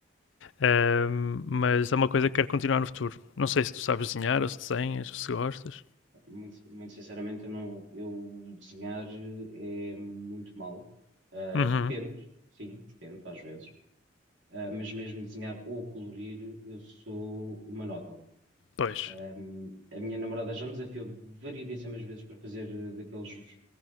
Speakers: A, on the left (about 70°); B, on the right (about 70°).
A: Ahm, mas é uma coisa que quero continuar no futuro. Não sei se tu sabes desenhar, ou se desenhas, ou se gostas.
B: Muito, muito sinceramente, eu, não, eu desenhar eh, é muito mal. Ah,
A: Uhum,
B: tento, sim, tento às vezes. Ah, mas mesmo desenhar ou colorir, eu sou uma nódoa.
A: Pois.
B: Ah, a minha namorada já me desafiou variedíssimas vezes para fazer eh, daqueles